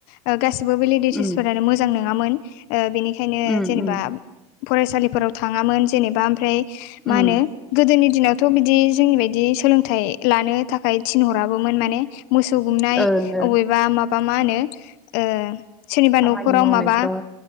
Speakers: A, on the left; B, in the centre.
A: ओ गासिबो भेलिडटिसफोरानो
B: उम
A: मोजां नोङामोननि ओ बेनि खायनो
B: उम
A: जेनेबा
B: उम
A: फरायसालिफोराव थाङामोन जेनेबा ओमफ्राय मा
B: उम
A: होनो गोदोनि दिनावथ' बिदि जोंनि बायदि सोलोंथाइ लानो थाखाय थिनहराबोमोन माने मोसौ गुमनाय
B: ओं ओं
A: अबेबा माबा मा होनो ओ सोरनिबा
B: खामानि
A: न'खराव
B: मावनायफ्राव
A: माबा